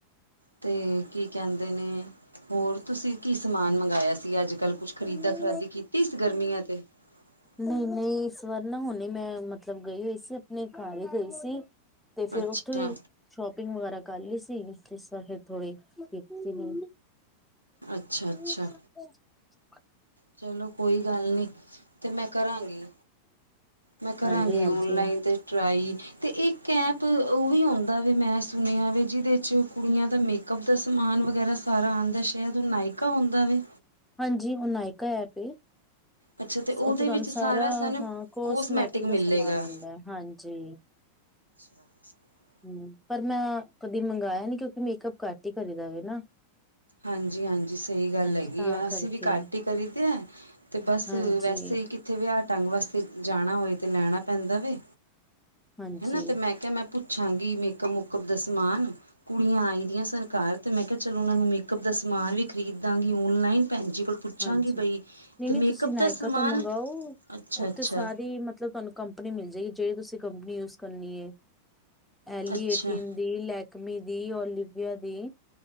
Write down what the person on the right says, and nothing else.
ਤੇ ਕੀ ਕੈਂਦੇ ਨੇ। ਹੋਰ ਤੁਸੀਂ ਕੀ ਸਮਾਨ ਮੰਗਾਇਆ ਸੀ ਅੱਜ ਕੱਲ੍ਹ ਕੁਛ ਖਰੀਦਾ
ਖਰਾਦੀ ਕੀਤੀ ਸੀ ਗਰਮੀਆਂ ਤੇ <inaudible>
ਅੱਛਾ
ਅੱਛਾ ਅੱਛਾ ਚਲੋ ਕੋਈ ਗੱਲ ਨੀ ਤੇ ਮੈਂ ਕਰਾਂਗੀ। ਮੈਂ ਕਰਾਂਗੀ
ਓਨਲਾਈਨ ਤੇ ਟਰਾਈ। ਤੇ ਇੱਕ ਐਪ ਉਹ ਵੀ ਹੁੰਦਾ ਵੇ ਮੈਂ ਸੁਣਿਆ ਵੀ ਜੇਦੇ 'ਚ ਕੁੜੀਆਂ ਦਾ ਮੇਕ ਕਪ ਦਾ ਸਮਾਨ ਵਗੈਰਾ ਸਾਰਾ ਆਂਦਾ ਸ਼ਾਇਦ ਓ ਨਾਇਕਾ ਹੁੰਦਾ ਵੈ
ਅੱਛਾ ਤੇ ਉਹਦੇ
ਵਿੱਚ
ਸਾਨੂੰ
ਮਿਲੇਗਾ
<inaudible>
ਹਾਂਜੀ-ਹਾਂਜੀ ਸਈ ਗੱਲ
ਹੈਗੀ।
ਅਸੀਂ
ਵੀ ਘੱਟ ਹੀ ਕਰੀਦੈ ਤੇ ਬਸ
ਵੈਸੇ ਕਿ ਉੱਥੇ ਵੀ ਆਹ ਢੰਗ ਵਾਸਤੇ ਜਾਣਾ ਹੋਏ ਤੇ ਲੈਣਾ ਪੈਂਦਾ ਵੇ
ਹਨਾ ਤੇ ਮੈਂ ਕਿਆ ਮੈਂ ਪੁੱਛਾਂਗੀ ਮੇਕਅਪ ਮੁੱਕਅਪ ਦਾ ਸਮਾਨ ਕੁੜੀਆਂ ਆਈ ਦੀਆਂ ਸਨ ਘਾਰ ਤੇ ਮੈਂ ਕਿਆ ਚਲੋ ਉਹਨਾਂ ਨੂੰ ਮੇਕਅ ਮੇਕਅਪ ਦਾ ਸਮਾਨ ਵੀ ਖਰੀਦਾਂਗੀ ਔਨਲਾਈਨ ਭੈਣ ਜੀ ਕੋਲ ਪੁੱਛਾਂਗੀ
ਬਈ
ਤੇ ਮੇਕਅਪ
ਦਾ ਸਮਾਨ
ਅੱਛਾ
ਅੱਛਾ
ਅੱਛਾ